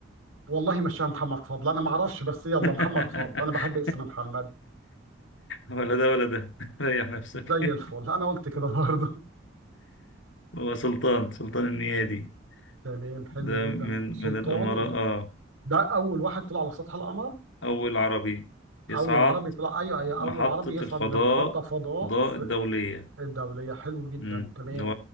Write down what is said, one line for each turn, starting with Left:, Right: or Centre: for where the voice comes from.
Right: والله مش محمد فضل انا ما اعرفش بس يلا
Left: <laughs>
Right: محمد فضل انا بحب اسم محمد
Left: ولا ده ولا ده ريح نفسك
Right: زي
Left: <laughs>
Right: الفل انا قلت كده برضه <laughs>
Left: هو سلطان سلطان النيادي
Right: تمام حلو
Left: ده
Right: جدا
Left: من
Right: سلطان
Left: من الامارات اه
Right: ده اول واحد طلع على سطح القمر
Left: اول عربي يصعد
Right: اول عربي طلع ايوه ايوه
Left: محطة
Right: اول عربي يصعد
Left: الفضاء
Right: لمحطه فضاء
Left: فضاء
Right: في
Left: الدولية
Right: الدوليه حلو جدا
Left: امم
Right: تمام
Left: هو